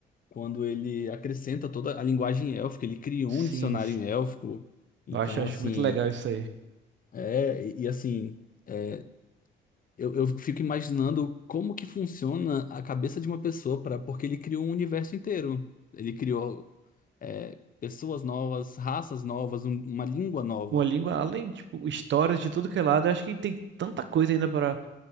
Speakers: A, on the left (about 45°); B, on the right (about 65°).
A: quando ele acrescenta toda a linguagem élfica, ele criou
B: Sim,
A: um dicionário
B: sim.
A: élfico. Então,
B: Eu acho, acho
A: assim,
B: muito legal isso aí.
A: é, e e, assim, é, eu, eu fico imaginando como que funciona a cabeça de uma pessoa para, porque ele criou um universo inteiro. Ele criou é, pessoas novas, raças novas, um- uma língua nova.
B: Uma língua, além, tipo, histórias de tudo que é lado, eu acho que tem tanta coisa ainda para